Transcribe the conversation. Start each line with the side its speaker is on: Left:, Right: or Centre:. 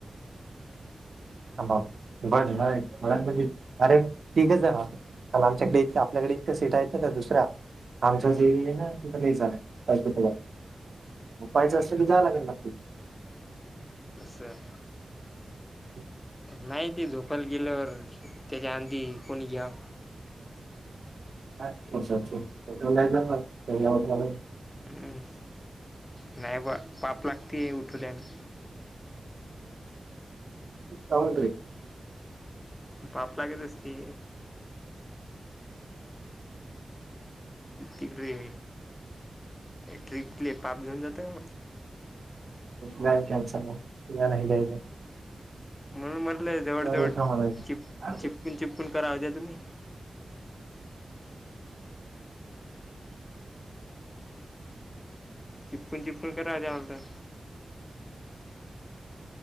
Right: बर म्हणज अरे ठीकच आहे म. मला आमच्याकडे इकं आपल्याकडे इतं सीट आहेतं ना दुसऱ्या. आमच्याच
Left: हं
Right: एरिया आहे ना तिथं नाही झालंब पाहिज असलं क जा लागेल मकी.
Left: तसं.
Right: ह.
Left: नाही ते झोपाला गेलंवर त्याच्या आंधी कोणी घ्या.
Right: हस होटल नाहीट.
Left: हं नाही बा पाप लागते उठूल्याने
Right: कामटर.
Left: पाप लागेतसती. तिकडे ट्रिपले पाप घेऊन जातं मग.
Right: न कलस ना न हिले.
Left: म्हणून म्हटलं जवळजवळ
Right: सर उठा म्हणायचं
Left: चिप चिपकून चिपकून करा होत्या तुम्ही चिपकून चिपकन का राजा आलत.